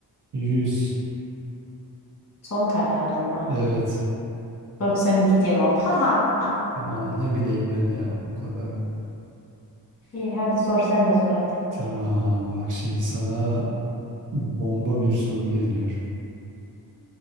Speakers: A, on the right (about 50°); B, on the left (about 40°).
A: Yüz
B: Son kararın mı?
A: Evet.
B: 92 cevap. <laughs> Ha ha ha.
A: Ama ne bileyim ben ya o kadarını.
B: İyi hadi sor sen de sor hadi.
A: Tamam bak şimdi sana bomba bir soru geliyor.